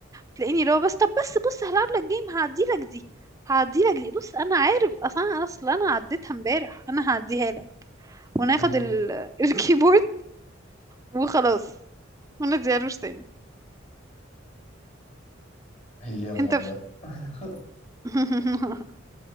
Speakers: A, on the right; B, on the left.
A: تلاقيني لو بس طب بس بص هلعب لك جيم هعدي لك دي هعدي لك دي بص انا عارف اصلا انا اصلا انا عديتها امبارح انا هعديها لك وناخد
B: امم
A: ال... <laughs> الكيبورد وخلاص ما تزيروش تاني
B: ايام
A: انت
B: والله
A: ف...
B: <laughs>
A: <laughs>